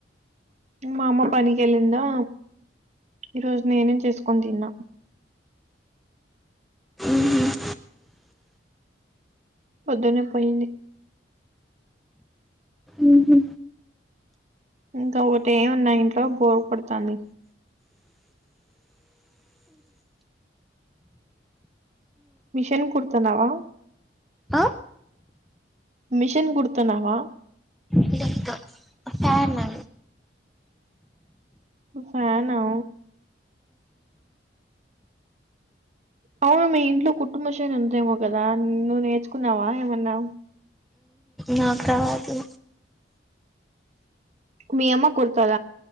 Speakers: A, on the right; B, in the centre.
A: మా అమ్మ పనికెళ్ళిందా ఈరోజ్ నేనే చేస్కోన్ తిన్నా
B: ఊ హుమ్
A: పొద్దున్నే పోయింది
B: ఊ హూ
A: ఇంక ఒటే ఉన్న ఇంట్లో బోర్ కొడ్తాంది మిషన్ కుడ్తున్నవా
B: ఆ
A: మిషన్ గుడ్తన్నావా
B: లేదు ఫ్యాను
A: ఫ్యానా అవునా మీ ఇంట్లో కుట్టు మిషన్ ఉందేమో కదా నువ్వు నేర్చుకున్నావ ఏమన్న
B: నాకు రాదు
A: మీ అమ్మ కుడతద